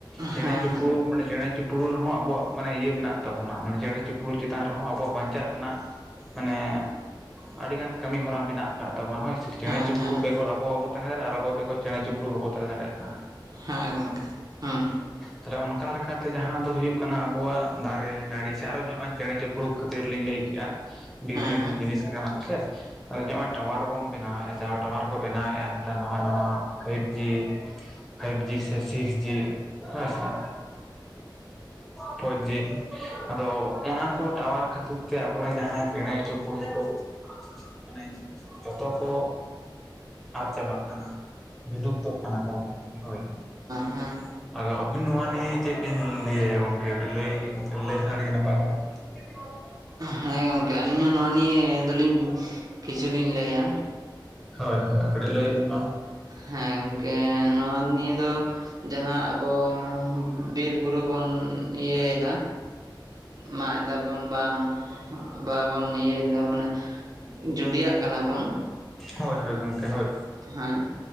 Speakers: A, in the centre; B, on the right (about 50°).
A: ᱪᱮᱬᱮ
B: ᱦᱮᱸ ᱜᱚᱝᱠᱮ ᱦᱩᱸ
A: ᱪᱤᱯᱲᱩ ᱢᱟᱱᱮ ᱪᱮᱬᱮ ᱪᱤᱯᱲᱩ ᱨᱮᱦᱚᱸ ᱟᱵᱚᱣᱟᱜ ᱢᱟᱱᱮ ᱤᱭᱟᱹ ᱢᱮᱱᱟᱜ ᱛᱟᱵᱚᱱᱟ ᱢᱟᱱᱮ ᱪᱮᱬᱮ ᱪᱤᱯᱲᱩᱫ ᱪᱮᱛᱟᱱ ᱨᱮᱦᱚᱸ ᱟᱵᱚᱣᱟᱜ ᱵᱟᱧᱪᱟᱜ ᱨᱮᱱᱟᱜ ᱢᱟᱱᱮ ᱟᱹᱰᱤᱜᱟᱱ ᱠᱟᱹᱢᱤ ᱦᱚᱨᱟ ᱢᱮᱱᱟᱜ ᱠᱟᱫ ᱛᱵᱚᱱᱟ ᱦᱳᱭ ᱥᱮ ᱪᱮᱬᱮ
B: ᱦᱮᱸ
A: ᱪᱤᱯᱲᱩᱫ ᱵᱮᱜᱚᱨ
B: ᱦᱮᱸ
A: ᱟᱵᱚ ᱵᱟᱵᱚᱱ ᱛᱟᱦᱮᱸ ᱫᱟᱲᱮᱭᱟᱜᱼᱟ ᱟᱨ ᱟᱵᱚ ᱵᱮᱜᱚᱨ ᱪᱮᱬᱮ ᱪᱤᱯᱲᱩ ᱵᱟᱠᱚ ᱛᱟᱦᱮᱸ ᱫᱟᱲᱮᱭᱟᱜᱼᱟ᱾
B: ᱦᱮᱸ ᱜᱚᱝᱢᱮ ᱦᱩᱸ᱾
A: ᱛᱟᱦᱞᱮ ᱚᱱᱠᱟ ᱞᱮᱠᱟᱛᱮ ᱡᱟᱦᱟᱸ ᱫᱚ ᱦᱩᱭᱩᱜ ᱠᱟᱱᱟ ᱟᱵᱚᱣᱟᱜ ᱫᱟ ᱨᱮ ᱱᱟᱹᱲᱤ ᱥᱮ ᱟᱨᱚ ᱱᱚᱜᱼᱚᱭ ᱪᱮᱬᱮ ᱪᱤᱯᱲᱩᱫ ᱠᱷᱟᱹᱛᱤᱨ ᱞᱤᱧ ᱞᱟᱹᱭ ᱠᱮᱫᱼᱟ ᱵᱤᱨ ᱨᱮᱱ
B: ᱦᱮᱸ
A: ᱡᱤᱱᱤᱥ
B: ᱜᱚᱝᱠᱮ ᱦᱮᱸ
A: ᱠᱟᱱᱟ ᱠᱚᱥᱮ, ᱦᱳᱭ ᱡᱮ ᱱᱚᱜᱼᱚᱭ ᱴᱟᱣᱟᱨ ᱵᱚᱱ ᱵᱮᱱᱟᱣᱮᱫᱼᱟ ᱴᱟᱣᱟᱨ ᱠᱚ ᱵᱮᱱᱟᱣᱮᱫᱼᱟ ᱱᱮᱛᱟᱨ ᱱᱟᱣᱟ ᱱᱟᱣᱟ ᱯᱷᱟᱭᱤᱵ ᱡᱤ ᱯᱷᱟᱭᱤᱵᱷ ᱡᱤ ᱥᱮ ᱥᱤᱠᱥ ᱡᱤ ᱦᱮᱸᱥᱮ ᱯᱷᱳᱨ ᱡᱤ ᱟᱫᱚ ᱚᱱᱟ ᱠᱚ ᱴᱟᱣᱟᱨ ᱠᱷᱟᱹᱛᱤᱨ ᱛᱮ ᱟᱵᱚᱨᱮᱱ ᱡᱟᱦᱟᱸᱭ ᱪᱮᱬᱮ ᱪᱤᱯᱲᱩᱫ ᱠᱚ ᱟᱱᱮᱡ ᱡᱷᱚᱛᱚ ᱠᱚ ᱟᱫ ᱪᱟᱵᱟᱜ ᱠᱟᱱᱟ ᱵᱤᱞᱩᱯᱛᱚᱜ ᱠᱟᱱᱟ ᱠᱚ ᱜᱚᱢᱠᱮ ᱦᱳᱭ᱾
B: ᱦᱮᱸ ᱦᱮᱸ
A: ᱟᱫᱚ ᱟᱹᱵᱤᱱ ᱱᱚᱣᱟ ᱱᱤᱭᱮ ᱪᱮᱫ ᱵᱤᱱ ᱞᱟᱹᱭᱭᱟ ᱜᱚᱝᱠᱮ ᱠᱟᱹᱴᱤᱡ ᱞᱟᱹᱭ ᱞᱟᱹᱭ ᱞᱮᱠᱷᱟᱱ ᱟᱹᱰᱤ ᱱᱟᱯᱟᱭ <unintelligible>
B: ᱦᱮᱸ ᱜᱚᱝᱠᱮ ᱟᱹᱞᱤᱧ ᱦᱚᱸ ᱱᱚᱣᱟ ᱱᱤᱭᱟᱹ ᱫᱚᱞᱤᱧ ᱠᱤᱪᱷᱩᱞᱤᱧ ᱞᱟᱹᱭᱟ
A: ᱦᱳᱭ ᱦᱳᱭ ᱠᱟᱹᱴᱤᱡ ᱞᱟᱹᱭ ᱵᱮᱱ ᱢᱟ᱾
B: ᱦᱮᱸ ᱜᱚᱝᱠᱮ ᱱᱚᱣᱟ ᱱᱤᱭᱮ ᱫᱚ ᱡᱟᱦᱟᱸ ᱟᱵᱚ ᱵᱤᱨ ᱵᱩᱨᱩ ᱵᱚᱱ ᱤᱭᱟᱹᱭ ᱫᱟ ᱢᱟᱜ ᱮᱫᱟ ᱵᱚᱱ ᱵᱟᱝ ᱵᱟᱵᱚᱱ ᱤᱭᱟᱹᱭ ᱫᱟ ᱢᱟᱱᱮ ᱡᱩᱸᱰᱤᱭᱟᱜ ᱠᱟᱱᱟ ᱵᱚᱱ,
A: ᱦᱳᱭ ᱦᱳᱭ ᱜᱚᱢᱠᱮ ᱦᱳᱭ᱾
B: ᱦᱮᱸ